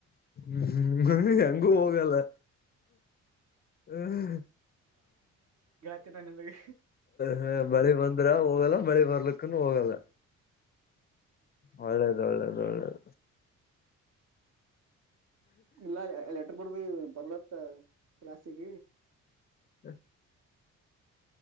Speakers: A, on the left; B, on the right.
A: ಹ್ಮ್ ಹಂಗು ಹೋಗಲ್ಲ ಹ್ಮ್
B: ತನ ಅನ್ನಬ್ಯಾಳಿ
A: ಹ ಬಳಿ ಬಂದ್ರ ಹೋಗಲ್ಲ ಬಳಿ ಬರ್ಲಕ್ಕನು ಹೋಗಲ್ಲ ಒಳ್ಳದ ಒಳ್ಳದ ಒಳ್ಳದ
B: ಇಲ್ಲ ಲೆಟರ್ ಬರ್ ಬರ್ಲತ್ತ ಕ್ಲಾಸ್ಟಿಕ
A: <inaudible>